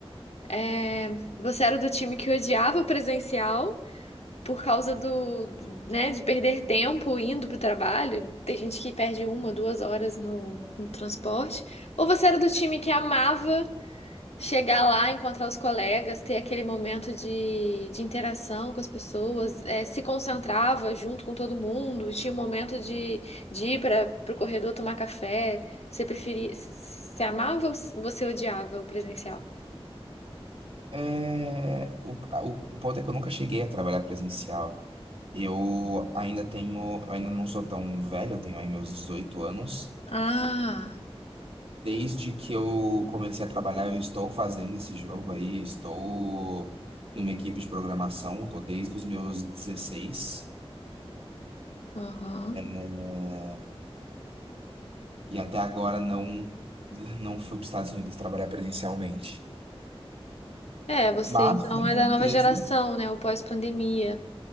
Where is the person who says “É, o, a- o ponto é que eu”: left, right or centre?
Right